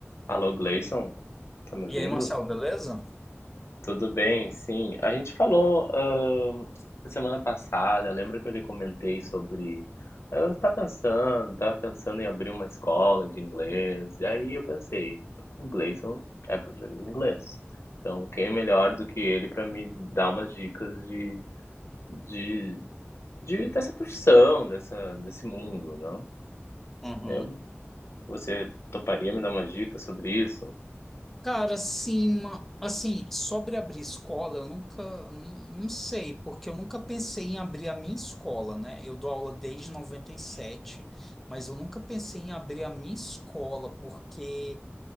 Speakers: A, on the left; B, in the centre.
A: Alô, Gleison, tá me ouvindo?
B: E aí, Marcelo, beleza?
A: Tudo bem, sim. A gente falou ahn, semana passada, lembra que eu lhe comentei sobre. Eu estava pensando, estava pensando em abrir uma escola de inglês, e aí eu pensei, o Gleison é professor de inglês, então quem é melhor do que ele para me dar umas dicas de, de, de- dessa profissão, dessa, desse mundo, não?
B: Uhum.
A: Eu- você toparia me dar umas dicas sobre isso?
B: Cara, assim, ma- assim, sobre abrir escola, eu nunca, n- não sei, porque eu nunca pensei em abrir a minha escola, né? Eu dou aula desde 97, mas eu nunca pensei em abrir a minha escola, porque